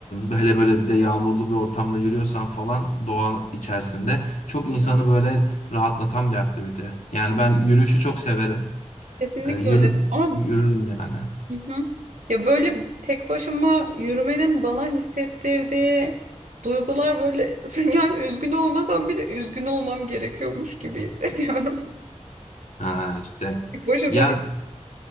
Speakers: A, on the left; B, on the right.
A: hele böyle bir de yağmurlu bir ortamda yürüyorsan falan doğa içerisinde çok insanı
B: Evet.
A: böyle rahatlatan bir aktivite. Yani ben yürüyüşü çok severim.
B: Kesinlikle
A: E, yürü,
B: öyle. Ama
A: yürürüm yani.
B: hı hı. Ya böyle tek başıma yürümenin bana hissettirdiği duygular böyle <laughs> yani üzgün olmasam bile üzgün olmam gerekiyormuş gibi hissediyorum. <laughs>
A: Ha işte.
B: Tek başına
A: Ya
B: böyle.